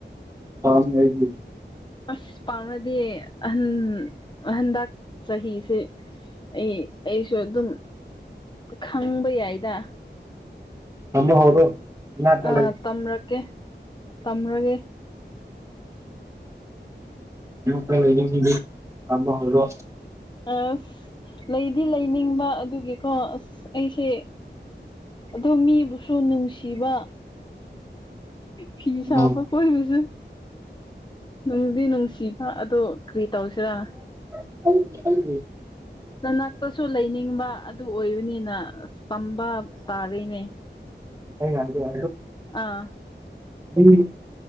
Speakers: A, on the right; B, on the left.
A: ꯑ ꯍꯥꯏꯗꯤ
B: ꯑꯁ ꯄꯥꯝꯅꯗꯤ ꯑꯍꯟ ꯑꯍꯟꯗꯛ ꯆꯍꯤꯁꯦ ꯑꯩ ꯑꯩꯁꯨ ꯑꯗꯨꯝ ꯈꯪꯕ ꯌꯥꯏꯗ
A: ꯊꯃꯣ ꯍꯕꯣ ꯃꯤꯅꯥꯇ
B: ꯑꯥ ꯇꯝꯔꯛꯀꯦ ꯇꯝꯔꯒꯦ
A: ꯎꯝꯗꯤ ꯂꯝꯕ ꯍꯔꯣ
B: ꯑꯁ ꯂꯩꯗꯤ ꯂꯩꯅꯤꯡꯕ ꯑꯗꯨꯒꯤꯀꯣ ꯑꯁ ꯑꯩꯁꯦ ꯑꯣ ꯃꯤꯕꯨꯁꯨ ꯅꯨꯡꯁꯤꯕ ꯐꯤ ꯁꯥꯕ
A: ꯎꯝ
B: ꯈꯣꯏꯠꯕꯁꯨ ꯅꯨꯡꯗꯤ ꯅꯨꯡ ꯁꯤꯕ ꯑꯗꯨꯣ ꯀꯔꯤ ꯇꯧꯁꯤꯔꯥ
A: ꯪꯪ <unintelligible>
B: ꯅꯅꯥꯛꯇꯁꯨ ꯂꯩꯅꯤꯡꯕ ꯑꯗꯨ ꯑꯣꯏꯕꯅꯤꯅ ꯑ ꯇꯝꯕ ꯇꯥꯔꯦꯅꯦ
A: ꯑꯩꯅ ꯍꯥꯏꯗ꯭ꯔ
B: ꯑꯥ
A: ꯍꯥꯏꯗꯤ